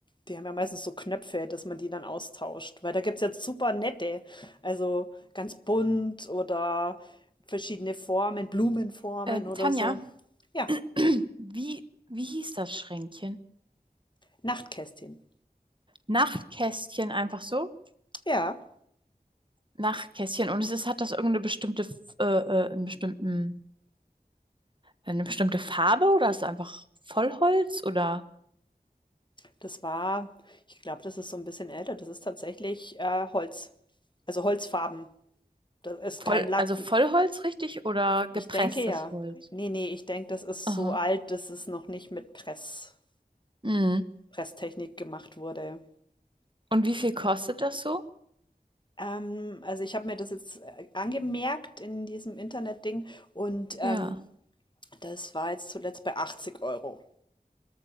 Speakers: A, on the left; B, on the right.
A: die haben ja meistens so Knöpfe, dass man die dann austauscht. Weil da gibt es jetzt super nette, also ganz bunt oder verschiedene Formen, Blumenformen
B: Ähm,
A: oder
B: Tanja,
A: so. Ja,
B: <clears throat> wie, wie hieß das Schränkchen?
A: Nachtkästchen.
B: Nachtkästchen einfach so?
A: Ja,
B: nach Kästchen. Und es ist, hat das irgendeine bestimmte, F- äh, äh, einen bestimmten, eine bestimmte Farbe oder ist es einfach Vollholz oder
A: das war, ich glaube, das ist so ein bisschen älter. Das ist tatsächlich äh, Holz. Also Holzfarben. Das ist
B: voll,
A: kein Lack.
B: also Vollholz richtig oder gepresstes
A: Ich denke ja.
B: Holz?
A: Nee, nee, ich denke, das ist
B: Aha.
A: so alt, dass es noch nicht mit Press,
B: Mhm.
A: Presstechnik gemacht wurde.
B: Und wie viel kostet das so?
A: Ähm, also ich habe mir das jetzt äh, angemerkt in diesem Internetding und ähm,
B: Ja.
A: das war jetzt zuletzt bei 80 Euro.